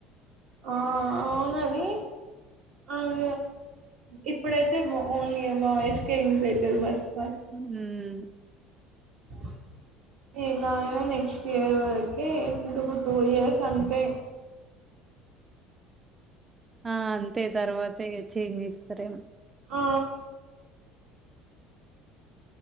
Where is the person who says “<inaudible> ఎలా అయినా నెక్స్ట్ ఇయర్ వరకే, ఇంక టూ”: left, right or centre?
Right